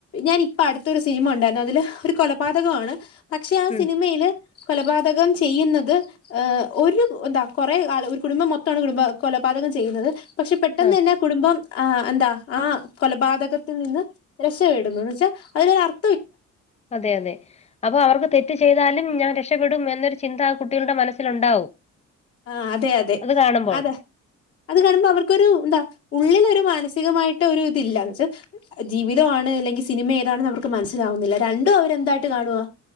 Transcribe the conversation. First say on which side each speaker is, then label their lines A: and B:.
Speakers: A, on the left; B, on the left.
A: ഞാനിപ്പ അടുത്തൊരു സിനിമ ഒണ്ടാരുന്നു അതില് ഒരു കൊലപാതകമാണ് പക്ഷെ ആ
B: ഉം
A: സിനിമയില് കൊലപാതകം ചെയ്യുന്നത് ഏ ഒരു എന്താ കൊറെ ആള് ഒരു കുടുംബം മൊത്താണ് കുടുംബ കൊലപാതകം ചെയ്യുന്നത്. പക്ഷെ പെട്ടെന്ന്
B: ആ
A: തന്നെ കുടുംബം ആ എന്താ ആ കൊലപാതകത്തിൽ നിന്ന് രക്ഷപ്പെടുന്നുന്ന് വെച്ചാ അതിനൊരു ആറ്
B: അതെ അതെ അപ്പൊ അവർക്ക് തെറ്റ് ചെയ്താലും ഞാൻ രക്ഷപ്പെടും എന്നൊരു ചിന്ത ആ കുട്ടികളുടെ മനസ്സിലുണ്ടാവും
A: ആഹ അതെ അതെ
B: അത് കാണുമ്പോൾ
A: അതാ അത് കാണുമ്പോ അവർക്കൊരു എന്താ ഉള്ളിലൊരു മാനസികമായിട്ട് ഒരു ഇതില്ലന്ന് വെച്ചാ ജീവിതമാണ് അല്ലെങ്കിൽ സിനിമ ഏതാണെന്ന് അവർക്ക് മനസ്സിലാവുന്നില്ല. രണ്ടും അവരെന്തായിട്ട് കാണുവാ